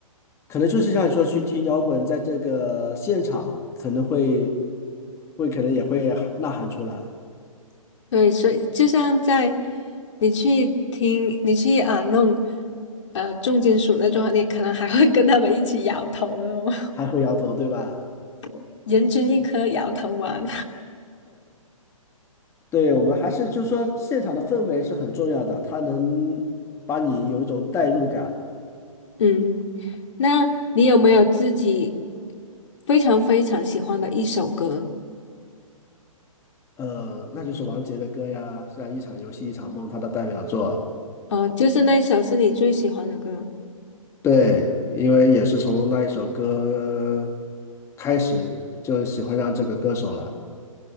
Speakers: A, on the left; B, on the left.
A: 可能就是像你说去听摇滚，在这个现场可能会会可能也会喊呐喊出来，
B: <laughs> 对，所以就像在你去听，你去啊那种呃重金属那种，你可能还会跟他们一起摇头那种
A: 还会摇头，对吧？
B: <laughs> 人均一颗摇头丸。
A: 对，我们还是就是说现场的氛围是很重要的，它能把你有一种代入感。
B: <laughs> 嗯，那你有没有自己非常非常喜欢的一首歌？
A: 呃，那就是王杰的歌呀，像《一场游戏一场梦》，他的代表作。
B: 哦，就是那首是你最喜欢的歌。
A: 对，因为也是从那一首歌开始就喜欢上这个歌手了。